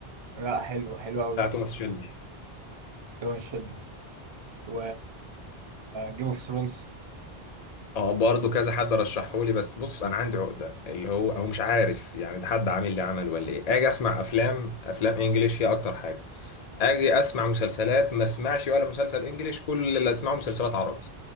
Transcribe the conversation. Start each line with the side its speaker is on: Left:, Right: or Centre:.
Right: لا حلو حلو قوي
Left: بتاع توماس شيلبي
Right: ده مش شدني. و جيم اوف ثرونز
Left: اه برضه كذا حد رشحه لي بس بص انا عندي عقده اللي هو هو مش عارف يعني ده حد عامل لي عمل ولا ايه اجي اسمع افلام افلام انجليش هي اكتر حاجه اجي اسمع مسلسلات ما اسمعش ولا مسلسل انجليش كل اللي اسمعه مسلسلات عربي